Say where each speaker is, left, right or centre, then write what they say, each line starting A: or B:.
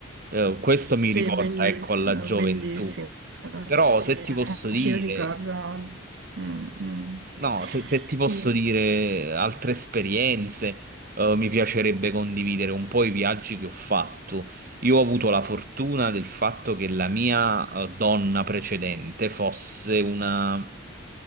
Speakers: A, on the right (about 45°); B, on the right (about 60°).
A: Eh, questo
B: sì,
A: mi riporta,
B: bellissimo,
A: ecco, alla gioventù.
B: bellissimo.
A: Però
B: Sì,
A: se
B: anch'io
A: ti posso dire,
B: ricordo. Mm, mm.
A: No, se, se ti posso
B: Io-
A: dire altre esperienze, eh, mi piacerebbe condividere un po' i viaggi che ho fatto. Io ho avuto la fortuna del fatto che la mia, eh, donna precedente fosse una,